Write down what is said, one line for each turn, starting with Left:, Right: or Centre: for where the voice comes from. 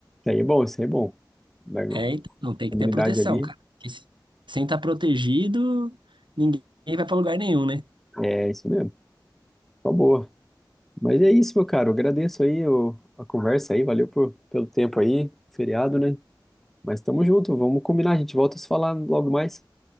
Centre: aí é bom, isso aí é bom. Da
Right: É, então tem
Centre: comunidade
Right: que ter proteção,
Centre: ali.
Right: cara. Porque se- Sem estar protegido, ninguém vai para lugar nenhum, né?
Centre: É isso mesmo. Tá boa. Mas é isso, meu caro. Eu Agradeço aí o- a conversa aí. Valeu por- pelo tempo aí. Feriado, né? Mas tamo junto. Vamos combinar. A gente volta a se falar logo mais.